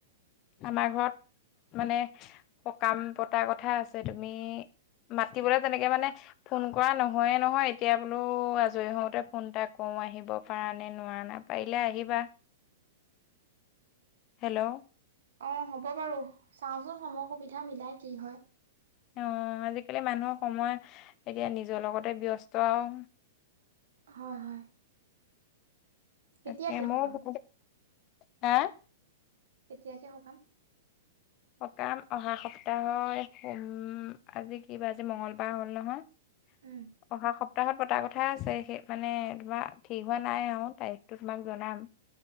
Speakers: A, on the left; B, on the right.
A: আমাৰ ঘৰত মানে সকাম পতা কথা আছে তুমি মাতিবোলে তেনেকে মানে ফোন কৰা নহয়ে নহয়, এতিয়া বোলো আজৰি হওঁতে ফোন এটা কৰো, আহিব পাৰা নে নোৱাৰনে? পাৰিলে আহিবা। হেল্ল'
B: অ', হ'ব বাৰু, চাওঁচোন সময় সুবিধা মিলাই কি হয়।
A: অ', আজিকালি মানুহৰ সময় এতিয়া নিজৰ লগতে ব্যস্ত আৰু।
B: হয় হয়।
A: তাকে,
B: কেতিয়াকে
A: মইও
B: সকাম
A: হা
B: কেতিয়াকে সকাম।
A: সকাম অহা সপ্তাহৰ সোম আজি কি বাৰ আজি মংগলবাৰ হ'ল নহয়।
B: উম
A: অহা সপ্তাহত পতা কথা আছে সেই। মানে তোমাৰ ঠিক হোৱা নাই আৰু তাৰিখটো তোমাক জনাম।